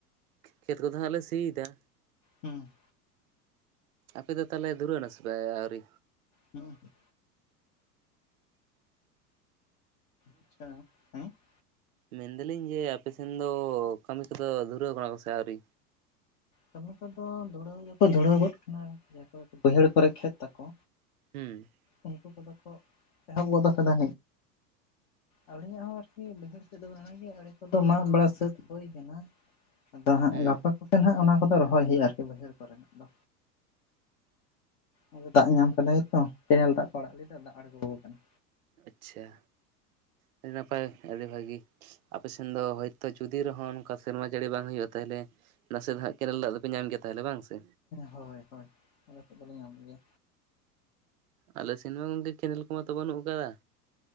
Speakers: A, on the right; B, on the left.
A: ᱠᱷᱮᱛ ᱠᱚᱫᱚ ᱦᱟᱸᱜ ᱞᱮ ᱥᱤ ᱮᱫᱟ
B: ᱦᱮᱸ
A: ᱟᱯᱮᱫᱚ ᱛᱟᱦᱚᱞᱮ ᱫᱷᱩᱨᱟᱹᱣ ᱱᱟ ᱥᱮ ᱯᱮ ᱟᱹᱣᱨᱤ
B: ᱦᱮᱸ ᱦᱮᱸ ᱟᱪ ᱦᱮᱸ <unintelligible>
A: ᱢᱮᱱ ᱫᱟᱹᱞᱤᱧ ᱡᱮ ᱟᱯᱮᱥᱮᱱ ᱫᱚ ᱠᱟᱹᱢᱤ ᱠᱚᱫᱚ ᱫᱷᱩᱨᱟᱹᱣ ᱠᱟᱱᱟ ᱠᱚᱥᱮ ᱟᱹᱣᱨᱤ
B: ᱠᱟᱹᱢᱤ ᱠᱚᱫᱚ ᱫᱷᱩᱲᱟᱹᱣ ᱫᱚᱠᱚ ᱫᱷᱩᱲᱟᱹᱣ ᱜᱚᱫ ᱠᱟᱱᱟ ᱡᱟᱭ ᱠᱚ ᱵᱟᱹᱭᱦᱟᱹᱲ ᱠᱚᱨᱮ ᱠᱷᱮᱛ ᱛᱟᱠᱚ
A: ᱦᱩᱸ
B: ᱩᱱᱠᱩ ᱠᱚᱫᱚ ᱠᱚ ᱮᱦᱚᱵ ᱜᱚᱫ ᱠᱟᱫᱟ ᱟᱹᱞᱤᱧᱟᱜ ᱦᱚᱸ ᱟᱨᱠᱤ ᱵᱟᱹᱭᱦᱟᱹᱲ ᱥᱮᱫ ᱫᱚ ᱢᱮᱱᱟᱜ ᱟᱸᱜᱤ ᱟᱲᱮ ᱠᱚᱫᱚ ᱢᱟᱜ ᱵᱟᱲᱟ ᱥᱟᱹᱛ ᱦᱩᱭ ᱟᱠᱟᱱᱟ ᱟᱫᱚ ᱦᱟᱸᱜ
A: ᱦᱩᱸ
B: ᱜᱟᱯᱟ ᱠᱚᱛᱮ ᱦᱟᱸᱜ ᱚᱱᱟ ᱠᱚᱫᱚ ᱨᱚᱦᱚᱭ ᱦᱩᱭᱩᱜᱼᱟ ᱟᱨᱠᱤ ᱵᱟᱹᱭᱦᱟᱹᱲ ᱠᱚᱨᱮᱱᱟᱜ ᱫᱚ ᱟᱫᱚ ᱫᱟᱜ ᱧᱟᱢ ᱠᱟᱫᱟᱭᱛᱚ ᱠᱮᱱᱮᱞ ᱫᱟᱜ ᱠᱚ ᱟᱲᱟᱜ ᱞᱮᱫᱟ ᱫᱟᱜ ᱟᱬᱜᱚᱣᱟ ᱠᱟᱱᱟ
A: ᱟᱪᱪᱷᱟ ᱟᱹᱰᱤ ᱱᱟᱯᱟᱭ ᱟᱹᱰᱤ ᱵᱷᱟᱹᱜᱤ ᱟᱯᱮ ᱥᱮᱱ ᱫᱚ ᱦᱳᱭᱛᱳ ᱡᱩᱫᱤ ᱨᱮᱦᱚᱸ ᱚᱱᱠᱟ ᱥᱮᱨᱢᱟ ᱡᱟᱹᱲᱤ ᱵᱟᱝ ᱦᱩᱭᱩᱜᱼᱟ ᱛᱟᱦᱚᱞᱮ ᱱᱟᱥᱮ ᱫᱷᱟᱦ ᱠᱮᱱᱮᱞ ᱫᱟᱜ ᱫᱚᱯᱮ ᱧᱟᱢ ᱜᱮᱭᱟ ᱛᱟᱦᱚᱞᱮ ᱵᱟᱝ ᱥᱮ
B: ᱦᱳᱭ ᱦᱳᱭ ᱟᱞᱮ ᱥᱮᱫ ᱫᱚᱞᱮ ᱧᱟᱢ ᱜᱮᱭᱟ
A: ᱟᱞᱮ ᱥᱤᱱᱢᱟ ᱜᱚᱝᱠᱮ ᱠᱮᱱᱮᱞ ᱠᱚᱢᱟ ᱛᱚ ᱵᱟᱹᱱᱩᱜ ᱟᱠᱟᱫᱟ